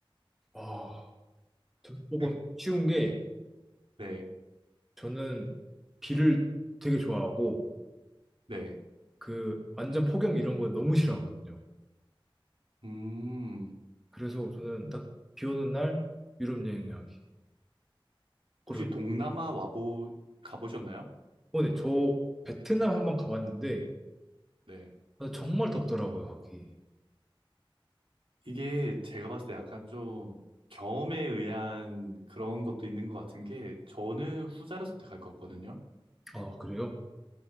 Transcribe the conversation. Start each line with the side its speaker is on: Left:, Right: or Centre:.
Centre: 아, 좀 조금
Right: <laughs>
Centre: 쉬운 게
Right: 네.
Centre: 저는 비를 되게 좋아하고
Right: 네.
Centre: 그 완전 폭염 이런 거 너무 싫어하거든요.
Right: 음.
Centre: 그래서 저는 딱 비 오는 날 유럽 여행하기. 그런
Right: 혹시 동남아 와보 가보셨나요?
Centre: 오늘 저 베트남 한번 가봤는데
Right: 네.
Centre: 아, 정말 덥더라고요, 거기.
Right: 이게 제가 봤을 때 약간 좀 경험에 의한 그런 것도 있는 것 같은 게 저는 후자를 선택할 것 같거든요.
Centre: 아, 그래요?